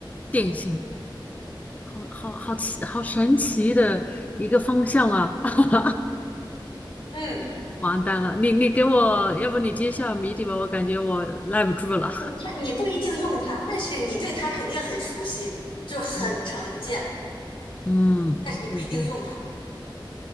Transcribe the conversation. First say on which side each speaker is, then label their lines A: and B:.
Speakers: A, on the left; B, on the left.
A: 典型，好好好奇，好神奇的一个方向啊！<laughs>
B: 嗯，嗯
A: 完蛋了，你你给我，要不你揭晓谜底吧，我感觉我耐不住了。
B: 它你不一定用它，但是你对它肯定很熟悉，就是很常见，
A: 嗯嗯，
B: 但是你不一定用它，
A: 不一定。